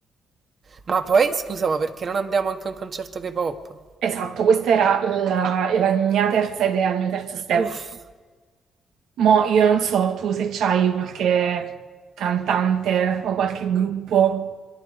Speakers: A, on the right (about 45°); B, on the right (about 75°).
A: Ma poi, scusa, ma perché non andiamo anche a un concerto K-pop?
B: Esatto, questa era la, la mia terza idea, il mio terzo step.
A: Uff.
B: Mo' io non so tu se c'hai qualche cantante o qualche gruppo